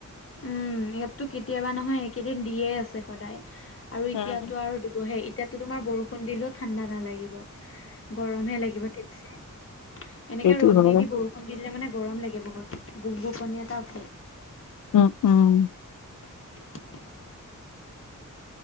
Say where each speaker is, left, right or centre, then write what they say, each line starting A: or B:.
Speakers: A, on the left (about 45°); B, on the left (about 75°).
A: উম, ইয়াততো কেতিয়াবা নহয় সকেইদিন দিয়ে আছে সদায়। আৰু এতিয়াতো
B: উম, উম,
A: আৰু দিবহে এতিয়ো তোমাৰ বৰষুণ দিলেও ঠাণ্ডা নালাগিব গৰম। মে লাগিব ঠিকছে। এনেকে
B: সেইটো
A: ৰ'দ
B: হয়।
A: দি-দি বৰষুণ দিলে মানে গৰম লাগে বহুত গোপগোপনি এটা উঠে।
B: উম-উম,
A: <unintelligible>